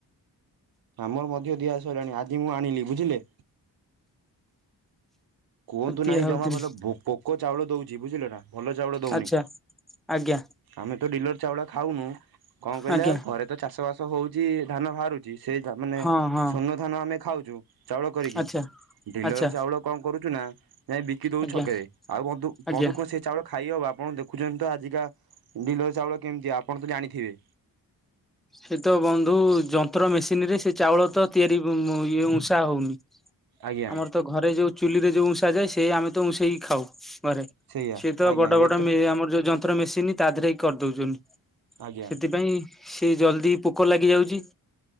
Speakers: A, on the right; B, in the centre.
A: ଆମର ମଧ୍ୟ ଦିଆସାରିଲାଣି ଆଜି ମୁଁ ଆଣିଲି ବୁଝିଲେ। କୁହନ୍ତୁ
B: ଦିଆ
A: ନାହିଁ
B: ହଉଥିଲି
A: ଜମା ଭଲ ପୋକ ଚାଉଳ ଦଉଛି ବୁଝିଲ ନା। ଭଲ ଚାଉଳ ଦଉନି
B: ଆଚ୍ଛା ଆଜ୍ଞା
A: ଆମେ ତ ଡିଲର ଚାଉଳ ଖାଉନୁ। କଣ କହିଲେ
B: ଆଜ୍ଞା
A: ଘରେ ତ ଚାଷ ବାସ ହଉଛି ଧାନ ବାହାରୁଛି ସେଇ ମାନେ
B: ହଁ ହଁ
A: ସୋନ ଧାନ ଆମେ ଖାଉଛୁ ଚାଉଳ କରିକି
B: ଆଚ୍ଛା
A: ଡିଲର
B: ଆଚ୍ଛା
A: ଚାଉଳ କଣ କରୁ ଚୁନା ଯାଇ ବିକି ଦଉ
B: ଆଜ୍ଞା
A: ଛକରେ ଆଉ ଧୁ-ବନ୍ଧୁ
B: ଆଜ୍ଞା
A: କଣ ସେ ଚାଉଳ ଖାଇବ ବା ଆପଣ ଦେଖୁଛନ୍ତି ତ ଆଜିକା ବିଲ ଚାଉଳ କେମିତି ଆପଣ ତ ଜାଣିଥିବେ।
B: ସେ ତ ବନ୍ଧୁ ଯନ୍ତ୍ର ମେସିନ୍ ରେ ସେ ଚାଉଳ ତ ତିଆରି ଇ ଉଷା ହଉନି।
A: ଆଜ୍ଞା
B: ଆମର ତ ଘରେ ଯୋଉ ଚୁଲିରେ ଯୋଉ ଉଷା ଯାଏ ସେ ଆମେ ତ ଉଷେଇକି ଖାଉ।। ଘରେ
A: ସେଇଆ
B: ସିଏ ତ
A: ଆଜ୍ଞା
B: ବଡ ବଡ
A: ଏ
B: ଆମର ଯୋଉ ଯନ୍ତ୍ର ମେସିନ ତା ଦେହରେ ହିଁ କରିଦଉଛନ୍ତି।
A: ଆଜ୍ଞା
B: ସେଥିପାଇଁ ସେ ଜଲଦି ପୋକ ଲାଗିଯାଉଛି।